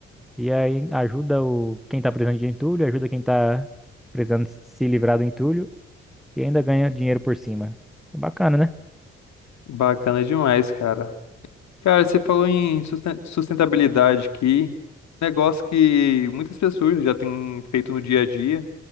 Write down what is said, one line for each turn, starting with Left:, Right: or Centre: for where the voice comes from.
Centre: e aí ajuda o quem tá precisando de entulho, ajuda quem tá precisando se livrar do entulho e ainda ganha dinheiro por cima. Bacana, né?
Left: Bacana demais, cara. Cara, você falou em susten- sustentabilidade aqui, negócio que muitas pessoas já têm feito no dia a dia,